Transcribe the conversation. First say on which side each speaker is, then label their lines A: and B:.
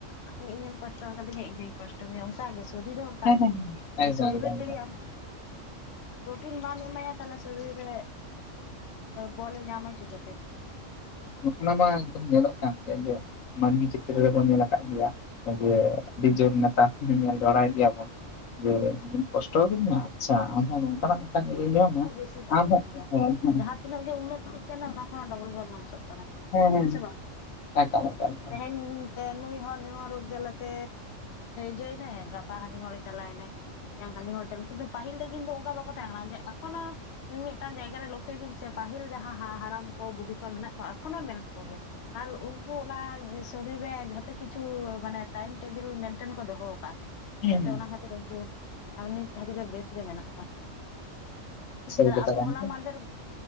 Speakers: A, on the left; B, on the left.
A: ᱟᱢ ᱤᱧᱮᱢ ᱠᱚᱥᱴᱚ ᱠᱟᱫᱤᱧ ᱟ ᱤᱧ ᱦᱚᱧ ᱠᱚᱥᱴᱚ ᱢᱮᱭᱟ ᱚᱱᱠᱟ ᱜᱮᱥᱮ, ᱥᱚᱨᱤᱨ ᱦᱚᱸ ᱚᱝᱠᱟ
B: ᱦᱮᱸ ᱦᱮᱸ
A: ᱜᱮ
B: ᱦᱮᱸ
A: ᱡᱩᱫᱤ
B: ᱮᱠᱫᱚᱢ
A: ᱥᱚᱨᱤᱨ
B: ᱮᱠᱫᱚᱢ ᱮᱠᱫᱚᱢ
A: ᱨᱮ ᱡᱩᱫᱤ ᱟᱢ ᱯᱨᱚᱴᱤᱱ ᱵᱟᱢ ᱮᱢᱟᱭᱟ ᱛᱟᱦᱞᱮ ᱥᱚᱨᱤᱨ ᱨᱮ ᱵᱚᱞᱮ ᱧᱟᱢᱟ ᱪᱤᱠᱟᱹ ᱛᱮ
B: ᱱᱚᱜᱼ ᱚᱱᱟ ᱢᱟ ᱮᱠᱫᱚᱢ ᱧᱮᱞᱚᱜ ᱠᱟᱱ ᱜᱮ ᱡᱮᱼᱼ ᱢᱟᱹᱱᱢᱤ ᱪᱮᱛ ᱛᱮᱫ ᱨᱮᱵᱚᱱ ᱧᱮᱞ ᱟᱠᱟᱫ ᱜᱮᱭᱟ ᱡᱮ ᱟᱹᱰᱤ ᱡᱳᱨ ᱱᱮᱛᱟᱨ ᱧᱮᱞ ᱡᱚᱲᱟᱭᱮᱫ ᱜᱮᱭᱟ ᱵᱚᱱ᱾ ᱡᱮ ᱤᱧ ᱠᱚᱥᱴᱚ ᱠᱟᱫᱤᱧᱟᱢ ᱟᱪᱪᱷᱟ ᱟᱢ ᱦᱚ ᱱᱚᱝᱠᱟᱱᱟᱜ ᱢᱤᱫᱴᱟᱝ ᱤᱭᱟᱹᱭᱟᱢᱼᱼ ᱦᱮᱸ
A: ᱵᱮᱥᱤ ᱴᱟᱱᱤᱧ
B: ᱟᱢ ᱦᱚ
A: ᱞᱟᱹᱭᱟ
B: ᱦᱮᱸ
A: ᱡᱟᱦᱟᱸ ᱛᱤᱱᱟᱹᱜ ᱜᱮ ᱩᱱᱱᱚᱛᱤᱜ ᱠᱟᱱᱟ ᱚᱱᱟ ᱠᱷᱚ ᱰᱚᱵᱚᱞ ᱜᱮ ᱫᱷᱚᱝᱥᱚᱜ ᱠᱟᱱᱟ,
B: ᱦᱮᱸ ᱦᱮᱸ
A: ᱥᱮ ᱵᱟᱝ
B: ᱮᱠᱟᱞ ᱮᱠᱟᱞ ᱮᱠᱟᱞ,
A: ᱛᱮᱦᱮᱧ ᱱᱩᱭ ᱦᱚᱲ ᱱᱚᱣᱟ ᱨᱳᱜᱽ ᱡᱟᱞᱟ ᱛᱮ, ᱡᱚᱭᱮᱱᱟᱭ ᱜᱟᱯᱟ ᱦᱟᱱᱤ ᱦᱚᱲ ᱪᱟᱞᱟᱭᱱᱟᱭ᱾ ᱦᱟᱱᱤ ᱦᱚᱲ ᱥᱮ ᱱᱩ ᱯᱟᱹᱟᱦᱤᱞ ᱫᱚ ᱠᱤᱱᱛᱩ ᱚᱱᱠᱟ ᱵᱟᱠᱚ ᱛᱟᱦᱮᱸ ᱠᱟᱱᱟ ᱡᱮ ᱮᱠᱷᱚᱱᱳᱼᱼ ᱢᱤ-ᱢᱤᱫᱴᱟᱱ ᱡᱟᱭᱜᱟᱟ ᱨᱮ ᱞᱚᱠᱠᱷᱚᱭ ᱵᱤᱱ ᱥᱮ ᱯᱟᱹᱦᱤᱞ ᱡᱟᱦᱟᱸ ᱦᱟ ᱦᱟᱲᱟᱢ ᱠᱚ ᱵᱩᱰᱷᱤ ᱠᱚ ᱢᱮᱱᱟᱜ ᱠᱚᱣᱟ ᱮᱠᱷᱚᱱᱳ ᱢᱮᱱᱟᱜ ᱠᱚᱜᱮᱭᱟ, ᱟᱨ ᱩᱱᱠᱩ ᱚᱱᱟ ᱥᱚᱨᱤᱨ ᱨᱮ ᱡᱷᱚ ᱛᱚ ᱠᱤᱪᱷᱩ ᱢᱟᱱᱮ ᱴᱟᱭᱤᱢ ᱴᱮᱵᱤᱞ ᱢᱮᱱᱴᱮᱱ ᱠᱚ ᱫᱚᱦᱚᱣ ᱟᱠᱟᱼᱟ᱾
B: ᱦᱮᱸ
A: ᱡᱟᱛᱮ ᱚᱱᱟ ᱠᱷᱟᱹᱛᱤᱨ ᱩᱱᱠᱩ ᱱᱤᱛ ᱫᱷᱟᱹᱵᱤᱡ ᱜᱮ ᱵᱮᱥ ᱜᱮ ᱢᱮᱱᱟᱜ ᱠᱚᱣᱟ᱾
B: ᱥᱟᱹᱨᱤ
A: ᱟᱨ
B: ᱠᱟᱛᱷᱟ
A: ᱟᱵᱚ
B: ᱠᱟᱱ
A: ᱦᱚᱞᱟ
B: ᱜᱮᱭᱟ
A: ᱢᱟᱦᱫᱷᱮᱨ